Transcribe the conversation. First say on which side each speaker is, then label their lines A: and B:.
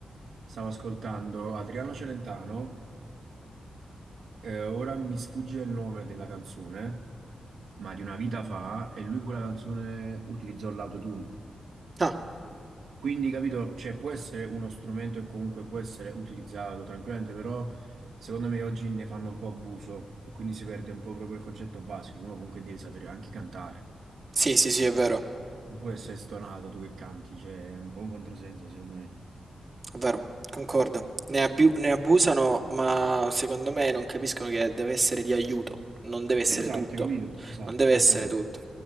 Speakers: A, on the right; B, on the right.
A: stavo ascoltando Adriano Celentano Eh, ora mi sfugge il nome della canzone, ma di una vita fa, e lui in quella canzone utilizzò l'autotune.
B: Ah,
A: Quindi, capito, cioè, può essere uno strumento e comunque può essere utilizzato tranquillamente, però secondo me oggi ne fanno un po' abuso e quindi si perde un po' proprio il concetto basico, che uno comunque deve sapere anche cantare.
B: sì, sì,
A: Cioè,
B: sì,
A: non
B: è
A: può
B: vero.
A: essere, non può essere stonato tu che canti, cioè, è un po' un controsenso, secondo me.
B: È vero, concordo. Ne abu- ne abusano, ma secondo me non capiscono che deve essere di aiuto, non deve essere
A: Esatto,
B: tutto.
A: hai capito? Esatto,
B: Non deve
A: esattamente.
B: essere tutto.